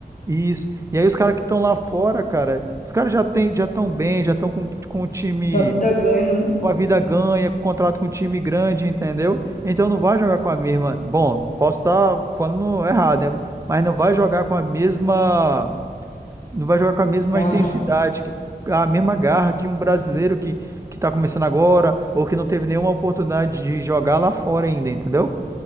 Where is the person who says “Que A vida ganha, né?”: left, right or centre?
Left